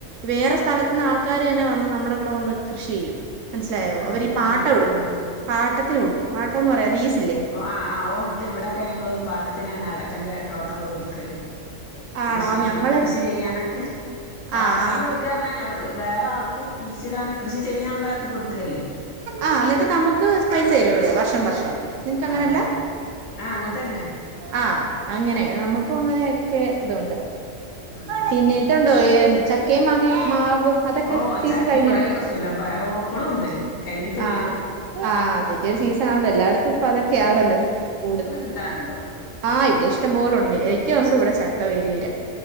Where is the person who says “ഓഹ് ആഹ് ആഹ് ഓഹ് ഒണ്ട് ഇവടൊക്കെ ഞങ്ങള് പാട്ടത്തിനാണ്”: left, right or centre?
Left